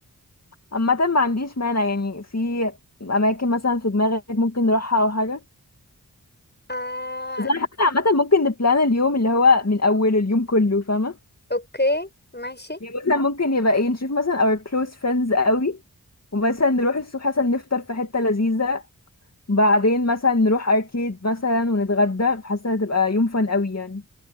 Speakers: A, on the left; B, on the left.
A: عامة ما عنديش مانع يعني في أماكن مثلا في دماغك ممكن نروحها أو حاجة
B: آه،
A: بس أنا حاسة عامة ممكن نبلان اليوم اللي هو من أوله اليوم كله فاهمة؟
B: اوكي ماشي
A: يعني مثلا ممكن يبقى ايه نشوف مثلا our close friends قوي ومثلا نروح الصبح مثلا نفطر في حتة لذيذة بعدين مثلا نروح أركيد مثلا ونتغدى حاسة هتبقى يوم فن قوي يعني